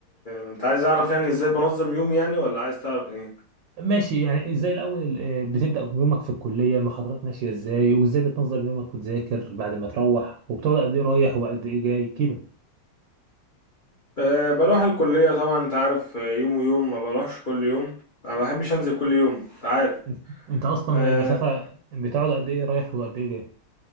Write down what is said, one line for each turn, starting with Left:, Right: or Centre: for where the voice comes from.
Left: انت عايز اعرف يعني ازاي بنظم يومي يعني ولا عايز تعرف ايه
Right: ماشي يعني ازاي الاول ال- آه، بتبدأ يومك في الكلية محاضرات ماشية ازاي وازاي بتنظم يومك وتذاكر بعد ما تروح وبتقعد قد ايه رايح وقد ايه جاي كده
Left: أه بروح الكلية طبعا انت عارف آه، يوم ويوم ما بروحش كل يوم ما بحبش انزل كل يوم انت عارف
Right: انت انت اصلا
Left: أه
Right: المسافة بتقعد قد ايه رايح وقد ايه جاي